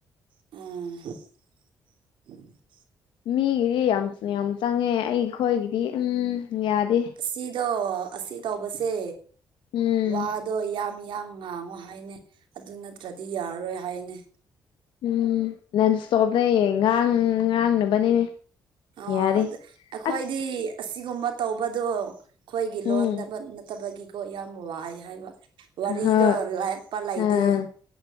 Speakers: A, on the right (about 75°); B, on the left (about 75°).
A: ꯑꯥ
B: ꯃꯤꯒꯤꯗꯤ ꯌꯥꯝ ꯌꯥꯝ ꯆꯪꯉꯦ ꯑꯩꯈꯣꯏꯒꯤꯗꯤ ꯎꯝ ꯌꯥꯗꯦ
A: ꯑꯁꯤꯗꯣ ꯑꯁꯤ ꯇꯧꯕꯁꯦ
B: ꯎꯝ
A: ꯋꯥꯗꯣ ꯌꯥꯝꯃꯤ ꯌꯥꯝ ꯉꯥꯡꯉꯣ ꯍꯥꯏꯅꯦ ꯑꯗꯨ ꯅꯠꯇ꯭ꯔꯗꯤ ꯌꯥꯔꯔꯣꯏ ꯍꯥꯏꯅꯦ
B: ꯎꯝ ꯅꯟ ꯏꯁꯇꯣꯞ ꯂꯩꯌꯦ ꯉꯥꯡ ꯉꯥꯡꯅꯕꯅꯤꯅꯦ
A: ꯑꯣ
B: ꯌꯥꯔꯦ
A: ꯑꯗꯨ ꯑꯩꯈꯣꯏꯗꯤ
B: ꯑꯁ
A: ꯑꯁꯤꯒꯨꯝꯕ ꯇꯧꯕꯗꯣ ꯑꯩꯈꯣꯏꯒꯤ
B: ꯎꯝ
A: ꯂꯣꯟ ꯅꯠꯇꯕꯒꯤꯀꯣ ꯌꯥꯎ ꯌꯥꯝ ꯋꯥꯏ ꯍꯥꯏꯕ ꯋꯥꯔꯤꯗꯣ
B: ꯍꯣꯏ
A: ꯂꯥꯏꯛꯄ ꯂꯩꯇꯦ
B: ꯑꯥ